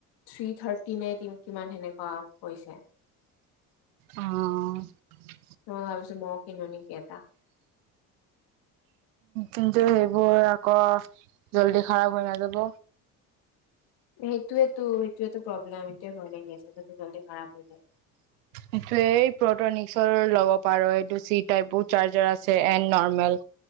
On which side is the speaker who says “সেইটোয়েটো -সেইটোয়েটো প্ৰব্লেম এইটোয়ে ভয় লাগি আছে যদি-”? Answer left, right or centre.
Left